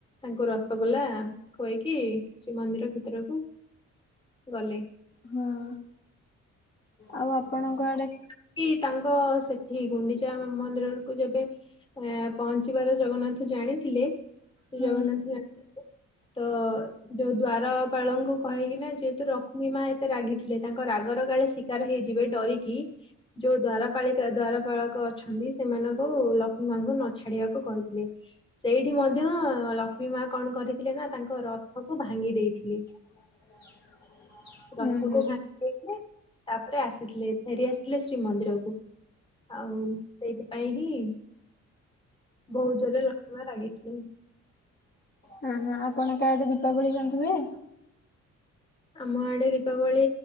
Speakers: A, on the left (about 15°); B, on the left (about 35°).
A: ତାଙ୍କୁ ରସଗୋଲା ଖୋଇକି ଶ୍ରୀମନ୍ଦିର ଭିତରକୁ ଗଲେ।
B: ହଁ ଆଉ ଆପଣଙ୍କ ଆଡେ
A: ସେଠି ତାଙ୍କ ସେଠି ଗୁଣ୍ଡିଚା ମ-ମନ୍ଦିରକୁ ଯେବେ ଏଁ ପହଞ୍ଚିବାର ଜଗନ୍ନାଥ ଜାଣିଥିଲେ ଶ୍ରୀ
B: ହୁଁ
A: ଜଗନ୍ନାଥ ଜାଣି ତ ଯୋଉ ଦ୍ଵାରପାଳଙ୍କୁ କହିକି ନା ଯେହେତୁ ଲକ୍ଷ୍ମୀ ମା ଏତେ ରାଗି ଥିଲେ ତାଙ୍କ ରାଗର କାଳେ ଶିକାର ହେଇ ଯିବେ ଡରିକି ଯୋଉ ଦ୍ଵାରପାଳିକା ଦ୍ଵାରପାଳକ ଅଛନ୍ତି। ସେମାନଙ୍କୁ ଲକ୍ଷ୍ମୀ ମାଙ୍କୁ ନ ଛାଡିବାକୁ କହିଥିଲେ। ସେଇଠି ମଧ୍ୟ ଲକ୍ଷ୍ମୀ ମା କଣ କରିଥିଲେ ନା ତାଙ୍କ ରଥକୁ ଭାଙ୍ଗି ଦେଇଥିଲେ।
B: <inaudible>
A: ରଥକୁ
B: ଉଁ ହୁଁ
A: ଭାଙ୍ଗି ଦେଇଥିଲେ ତାପରେ ଆ ସିଥିଲେ ଫେରି ଆସିଥିଲେ ଶ୍ରୀମନ୍ଦିରକୁ ଆଉ ସେଇଥିପାଇଁ ହିଁ ବୋହୁତ ଜୋରେ ଲକ୍ଷ୍ମମା ରାଗିଥିଲେ।
B: ହଁ ହଁ ଆପଣଙ୍କ ଆଡେ ଦୀପାବଳୀ କେମିତି ହୁଏ?
A: ଆମ ଆଡେ ଦୀପାବଳି